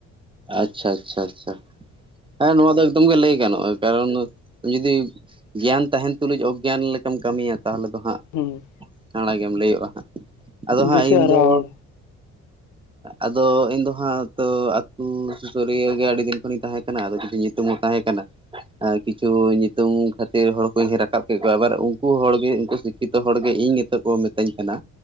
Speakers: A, on the right; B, on the left.
A: ᱟᱪᱪᱷᱟ ᱪᱷᱟ ᱪᱷᱟ ᱦᱮᱸ ᱱᱚᱣᱟ ᱫᱚ ᱮᱠᱫᱚᱢ ᱜᱮ ᱞᱟᱹᱭ ᱜᱟᱱᱚᱜᱼᱟ ᱠᱟᱨᱚᱱ ᱡᱩᱫᱤ ᱜᱮᱭᱟᱱ ᱛᱟᱦᱮᱱ ᱛᱩᱞᱩᱡ ᱚᱜᱽᱜᱭᱟᱱᱤ ᱞᱮᱠᱟᱢ ᱠᱟᱹᱢᱤᱭᱟ ᱛᱟᱦᱚᱞᱮ ᱫᱚ ᱦᱟᱸᱜ
B: ᱦᱩᱸ
A: ᱠᱟᱬᱟ ᱜᱮᱢ ᱞᱟᱹᱭᱚᱜᱼᱟ ᱦᱟᱸᱜ ᱟᱫᱚ ᱦᱟᱸᱜ
B: ᱫᱤᱥᱟᱹ
A: ᱤᱧᱫᱚ
B: ᱦᱟᱨᱟ ᱦᱚᱲ
A: ᱟᱫᱚ ᱤᱧ ᱫᱚ ᱦᱟᱸᱜ ᱛᱚ ᱥᱩᱥᱟᱹᱨᱤᱭᱟᱹ ᱜᱮ ᱟᱹᱰᱤ ᱫᱤᱱ ᱠᱷᱚᱱᱤᱧ ᱛᱟᱦᱮᱸ ᱠᱟᱱᱟ ᱟᱫᱚ ᱠᱤᱪᱷᱩ ᱧᱩᱛᱩᱢ ᱦᱚᱸ ᱛᱟᱦᱮᱸ ᱠᱟᱱᱟ ᱠᱤᱪᱷᱩ ᱧᱩᱛᱩᱢ ᱠᱷᱟᱹᱛᱤᱨ ᱦᱚᱲ ᱠᱚ ᱨᱟᱠᱟᱵ ᱠᱮᱫ ᱠᱚᱣᱟ ᱟᱵᱟᱨ ᱩᱱᱠᱩ ᱦᱚᱲ ᱜᱮ ᱩᱱᱠᱩ ᱡᱚᱛᱚ ᱦᱚᱲ ᱜᱮ ᱤᱧ ᱱᱤᱛᱚᱜ ᱠᱚ ᱢᱤᱛᱟᱹᱧ ᱠᱟᱱᱟ